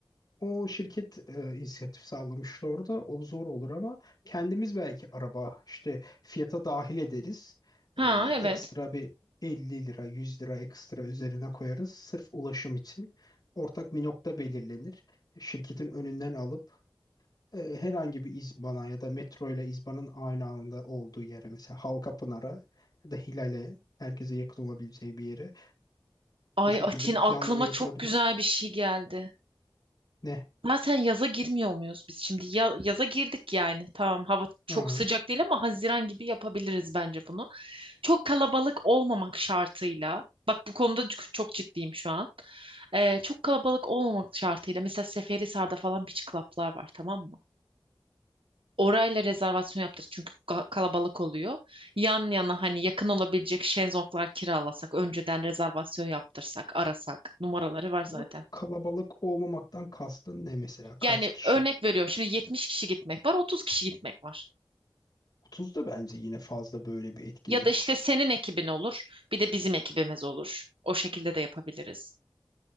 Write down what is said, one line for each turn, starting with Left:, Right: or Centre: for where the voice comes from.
Left: O şirket e, inisiyatif sağlamıştı orada. O zor olur ama kendimiz belki araba işte fiyata dahil ederiz.
Right: Ha
Left: E,
Right: evet.
Left: ekstra bir 50 lira, 100 lira ekstra üzerine koyarız sırf ulaşım için. Ortak bir nokta belirlenir. Şirketin önünden alıp e, herhangi bir İzban'a ya da metro ile İzban'ın aynı anda olduğu yere mesela Halkapınar'a ya da Hilal'e herkese yakın olabileceği bir yere
Right: Ay
Left: bu şekilde
Right: Atin
Left: bir planlama
Right: aklıma
Left: yapılabilir.
Right: çok güzel bir şey geldi.
Left: Ne?
Right: Zaten yaza girmiyor muyuz biz şimdi? Ya- yaza girdik yani. Tamam hava çok
Left: Aa.
Right: sıcak değil ama Haziran gibi yapabiliriz bence bunu. Çok kalabalık olmamak şartıyla. Bak bu konuda ç- çok ciddiyim şu an. Ee, çok kalabalık olmamak şartıyla. Mesela Seferihisar'da falan beach club'lar var tamam mı? Orayla rezervasyon yaptırdık çünkü ka- kalabalık oluyor. Yan yana hani yakın olabilecek şezlonglar kiralasak, önceden rezervasyon yaptırsak, arasak. Numaraları var zaten.
Left: Ama kalabalık olmamaktan kastın ne mesela? Kaç
Right: Yani
Left: kişi?
Right: örnek veriyorum şimdi 70 kişi gitmek var, 30 kişi gitmek var.
Left: 30 da bence yine fazla böyle bir etkinlik
Right: Ya da işte
Left: için.
Right: senin ekibin olur, bir de bizim ekibimiz olur. O şekilde de yapabiliriz.